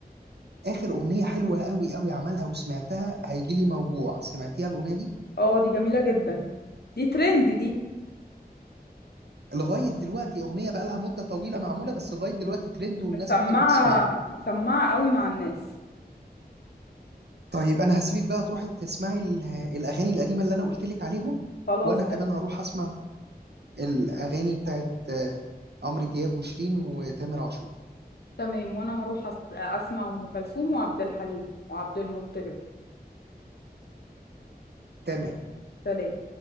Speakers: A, on the right (about 85°); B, on the left (about 75°).
A: آخر أغنية حلوة قوي قوي عملها وسمعتها هيجي لي موجوع سمعتيها الأغنية دي
B: اه دي جميله جدا دي ترند دي
A: لغاية دلوقتي أغنية بقى لها مدة طويلة معمولة بس لغاية دلوقتي ترند والناس
B: مسمعه
A: كتير بتسمعها
B: مسمعه قوي مع الناس
A: طيب أنا هسيبك بقى تروحي تسمعي ال- الأغاني القديمة اللي أنا قلت لك عليهم
B: خلاص
A: وأنا
B: تمام
A: كمان هروح أسمع الأغاني بتاعت آه، عمرو دياب وشيرين وتامر عاشور
B: تمام وانا هروح أس... اسمع ام كلثوم وعبد الحليم وعبد المطلب
A: تمام
B: سلام